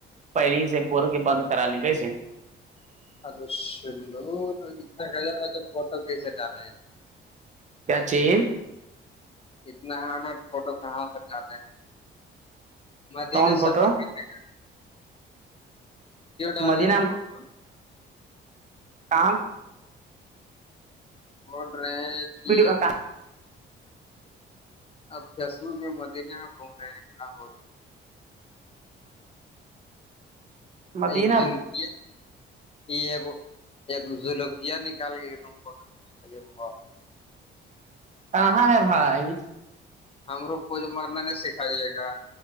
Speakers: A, on the right; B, on the left.
A: پہری سے بول کے بند کرا لیں گسے
B: ہل س لو توچھا کر ب تو فوٹو کیسےٹلے
A: کیا چز
B: اتنا ہارڈریڈ فوٹو کہاں سے جاہے ہیں مدن
A: کون فوٹو
B: سفر کر د گ ڈالے
A: مد نام
B: ہیں بہت
A: کام
B: بول رہے ہیں کہ
A: بھیڈوا کا
B: اپ جیسمو میں مدینہ آ گھوم رہے ہیں کیا ب
A: مدینہ
B: ا جل کی ہے یہگ ایک جلکیا نکال کے ایک د فٹو کچ
A: کہاں ہے بھائی
B: ہمرو پوھ مرنا نہیں سکھائیے گا